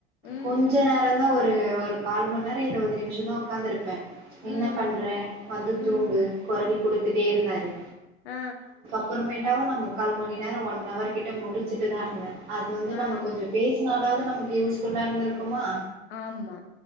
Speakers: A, on the left; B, on the right.
A: ம்,
B: கொஞ்ச நேரந்தா ஒரு ஒரு கால் மண் நேர இருவது நிம்ஷந்தா ஒக்காந்துருப்பே
A: ம்,
B: என்ன பண்ற வந்து
A: ம்.
B: தூங்கு கொரல் குடுத்துட்டே இருந்தாரு
A: ஆ
B: அப்பறமேட்டாவு நா முக்கால் மணி நேர ஒன் அவர் கிட்ட முடிச்சுட்டு தா இருந்தே அது வந்து
A: ஆ.
B: நம்ம கொஞ்சோ பேசுனாலாவ்து நமக்கு யூஸ் ஃபுல்லா இருந்துருக் குமா
A: ஆமா.